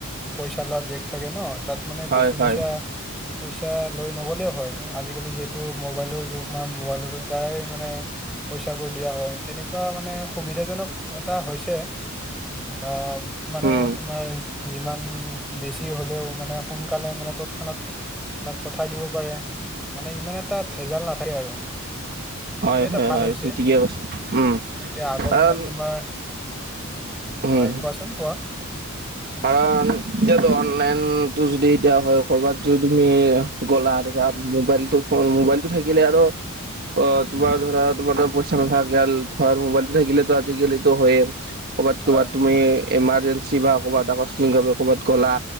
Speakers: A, in the centre; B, on the right.
A: পইচা লোৱা বেগ থাকে ন, তাত মানে
B: হয়
A: বেছি
B: হয়
A: পইচা পইচা লৈ নগ'লেও হয় আজিকালি যিহে টো মোবাইলৰ যুগ বা মোবাইলৰ দ্বাৰাই মানে, পইচাবোৰ দিয়া হয়, তেনেকুৱা মানে সুবিধাজনক এটা হৈছে, বা মানে
B: উম
A: তোমাৰ যিমান বেছি হলেও মানে সোনকালে মানে তত ক্ষণত তাক পঠাই দিব পাৰে মানে ইমান এটা ভেজাল নাথাকে আৰু, সেইটো
B: হয়
A: এটা
B: হয়
A: ভাল
B: হয়
A: হৈছে
B: ঠিকে
A: এতিয়া
B: কৈছে উম
A: আগৰ
B: কাৰণ
A: দিনত তোমাৰ,
B: উম
A: হয় কোৱাচোন <inaudible>
B: কাৰণ এতিয়াতো অনলাইনটো যদি এতিয়া হয় কৰ'বাত যদি তুমি, গ'লা আৰু মোবাইলটো ফোন মোবাইলটো থাকিলে আৰু, অ তোমাৰ ধৰা তোমাৰ ধৰা পইচা নাথাকে ধৰ মোবাইলটো থাকিলেতো আজিকালিতো হয়ে, ক'ৰবাত
A: হয়
B: ক'ৰবাত তুমি ইমাৰ্জেঞ্চি বা ক'ৰবাত আকস্মিকভাৱে কৰ'বাত গ'লা